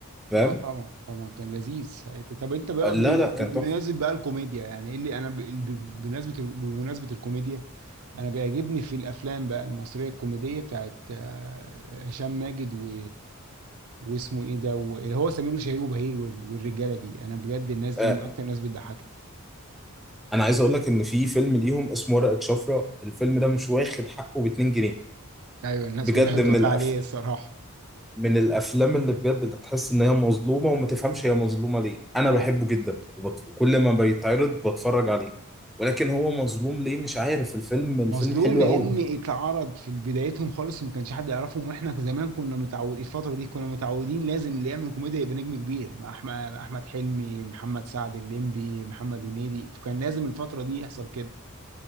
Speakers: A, in the centre; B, on the right (about 75°).
A: فاهم
B: اه طبعا طبعا كان لذيذ ساعتها طب انت بقى
A: آه، لا
B: بن- بن-
A: لا كان
B: بمناسبة
A: تحفه
B: بقى الكوميديا يعني ايه اللي انا ب- ب- بمناسبة بمناسبة الكوميديا انا بيعجبني في الافلام بقى المصرية الكوميدية بتاعت آه، هشام ماجد و... واسمه ايه ده و- اللي هو سمير وشهير وبهير وال- والرجالة دي انا بجد الناس دي
A: آه،
B: من اكتر الناس بتضحكني
A: انا عايز اقول لك ان في فيلم ليهم اسمه ورقه شفره الفيلم ده مش واخد حقه ب 2 جنيه
B: ايوه الناس
A: بجد
B: كلها بتقول
A: من الافلام
B: عليه الصراحة
A: من الافلام اللي بجد اللي تحس ان هي مظلومه وما تفهمش هي مظلومه ليه انا بحبه جدا وبت... كل ما بيتعرض بتفرج عليه ولكن هو مظلوم ليه مش عارف الفيلم الفيلم
B: مظلوم
A: حلو
B: لان
A: قوي
B: اتعرض في بدايتهم خالص وما كانش حد يعرفهم واحنا زمان كنا متعودين الفتره دي كنا متعودين لازم اللي يعمل كوميديا يبقى نجم كبير مع احمد احمد حلمي محمد سعد الليمبي محمد هنيدي فكان لازم الفتره دي يحصل كده